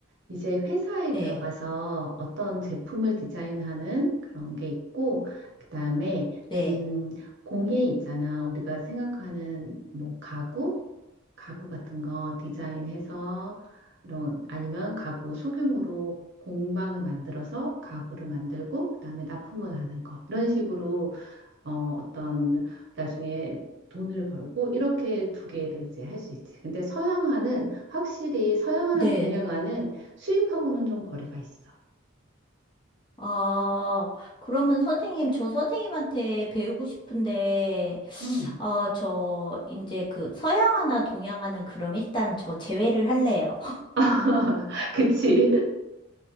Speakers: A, on the right; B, on the left.
A: 이제 회사에
B: 네.
A: 들어가서 어떤 제품을 디자인하는 그런 게 있고, 그 다음에,
B: 네.
A: 음, 공예 있잖아. 우리가 생각하는 뭐 가구, 가구 같은 거 디자인해서 이런 아니면 가구 소규모로 공방을 만들어서 가구를 만들고 그다음에 납품을 하는 것 이런 식으로 어, 어떤 나중에 돈을 벌고 이렇게 두 개를 이제 할 수 있지. 근데 서양화는 확실히 서양화나
B: 네.
A: 동양화는 수입하고는 좀 거리가 있어.
B: 아, 그러면 선생님, 저 선생님한테 배우고 싶은데
A: 음.
B: 어, 저, 이제 그, 서양 하나, 동양 하는 그럼 일단 저 제외를 할래요.
A: <laughs> 그치.